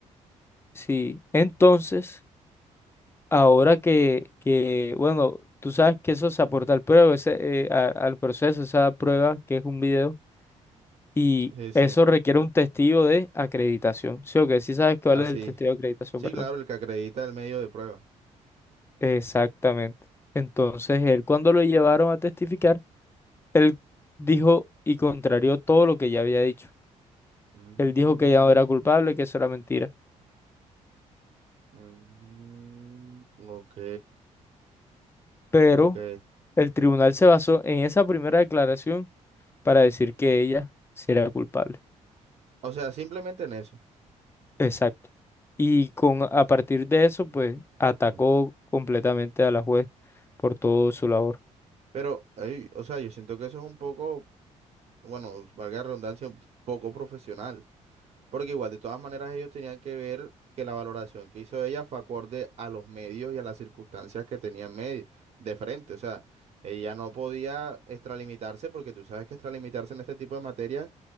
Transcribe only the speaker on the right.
Sí, sí.
Así.
Sí,
Sí,
claro, el que acredita el medio de prueba.
Mm,
mm, ok,
ok.
O sea, simplemente en eso.
Ok.
Pero, ay, o sea, yo siento que eso es un poco, bueno, valga la redundancia, un poco profesional. Porque igual, de todas maneras, ellos tenían que ver que la valoración que hizo ella fue acorde a los medios y a las circunstancias que tenía en medio, de frente. O sea, ella no podía extralimitarse porque tú sabes que extralimitarse en este tipo de materias